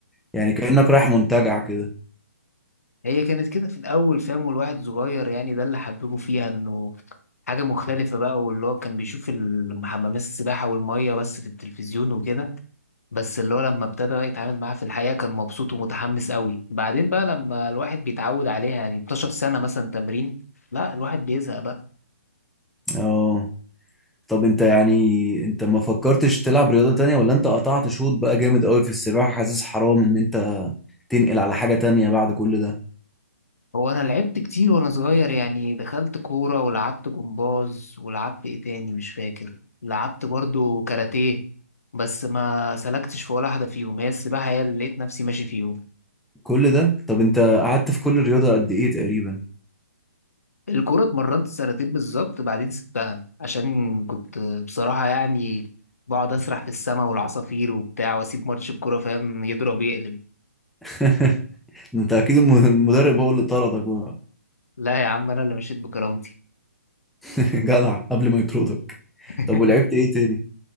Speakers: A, in the centre; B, on the left (about 70°).
A: يعني كأنك رايح منتجع كده
B: هي كانت كده في الأول فاهم والواحد صغير يعني ده اللي حببه فيها إنه حاجة مختلفة بقى واللي هو كان بيشوف الم- حمامات السباحة والمية بس في التلفزيون وكده بس اللي هو لما ابتدى بقى يتعامل معاها في الحقيقة كان مبسوط ومتحمس قوي بعدين بقى لما الواحد بيتعود عليها يعني 12 سنة مثلا تمرين لا الواحد بيزهق بقى
A: اه طب انت يعني انت ما فكرتش تلعب رياضة تانية ولا انت قطعت شوط بقى جامد قوي في السباحة حاسس حرام ان انت تنقل على حاجة تانية بعد كل ده
B: هو أنا لعبت كتير وأنا صغير يعني دخلت كورة ولعبت جمباز ولعبت إيه تاني مش فاكر لعبت برضو كاراتيه بس ما سلكتش في ولا حاجة فيهم هي السباحة هي اللي لقيت نفسي ماشي فيهم
A: كل ده طب انت قعدت في كل رياضة قد ايه تقريبا
B: الكورة اتمرنت سنتين بالظبط بعدين سبتها عشان كنت بصراحة يعني بقعد أسرح في السماء والعصافير وبتاع وأسيب ماتش الكورة فاهم يضرب يقلب
A: <laughs> انت اكيد الم- المدرب هو اللي طردك بقى
B: لا يا عم أنا اللي مشيت بكرامتي
A: <laughs> جدع قبل ما يطردك
B: <laughs>
A: طب ولعبت ايه تاني